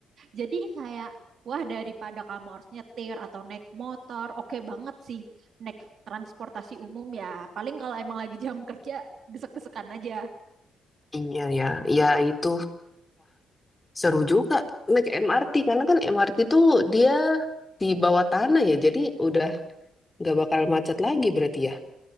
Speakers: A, on the right; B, on the left.
A: Jadi kayak Wah, daripada kamu harus nyetir atau naik motor, oke banget sih naik transportasi umum ya. Paling kalau emang lagi jam kerja, desek-desekan aja.
B: iya ya ya itu Seru juga naik MRT karena kan MRT tuh dia di bawah tanah ya, jadi udah nggak bakal macet lagi berarti ya.